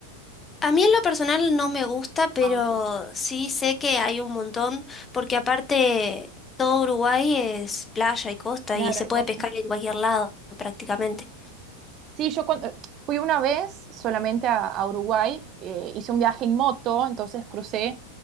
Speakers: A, on the left (about 20°); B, on the right (about 35°).
A: A mí en lo personal no me gusta, pero
B: Ah, ok.
A: sí sé que hay un montón, porque aparte todo Uruguay es playa y costa
B: Claro,
A: y se
B: hay
A: puede
B: costa.
A: pescar en cualquier lado prácticamente.
B: Sí, yo cuando, fui una vez solamente a, a Uruguay, eh, hice un viaje en moto, entonces crucé